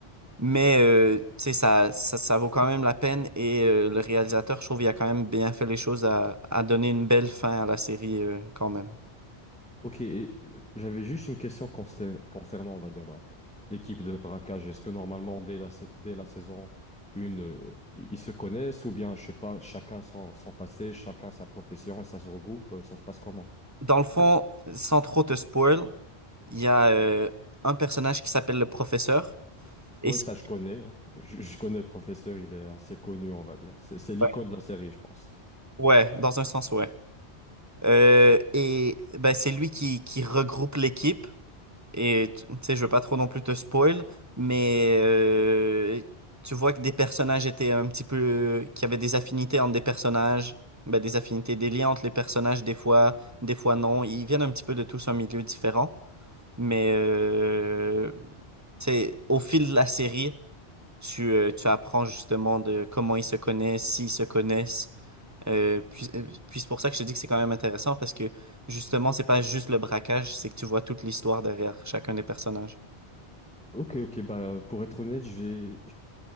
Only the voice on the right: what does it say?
mais euh, tu sais, ça, ça, ça vaut quand même la peine et euh, le réalisateur, je trouve, il a quand même bien fait les choses à, à donner une belle fin à la série euh, quand même.
Dans le fond, sans trop te spoil, il y a euh, un personnage qui s'appelle le professeur. Et
c'est-
ouais,
ouais, dans un sens, ouais. Euh, et ben, c'est lui qui, qui regroupe l'équipe Et tu tu sais, je veux pas trop non plus te spoil, mais euh, tu vois que des personnages étaient un petit peu... qu'il y avait des affinités entre des personnages, ben, des affinités, des liens entre les personnages, des fois, des fois non. Ils viennent un petit peu de tous un milieu différent, mais euh, tu sais, au fil de la série, tu, euh, tu apprends justement de comment ils se connaissent, s'ils se connaissent. Euh, puis euh, puis c'est pour ça que je te dis que c'est quand même intéressant parce que justement, c'est pas juste le braquage, c'est que tu vois toute l'histoire derrière chacun des personnages.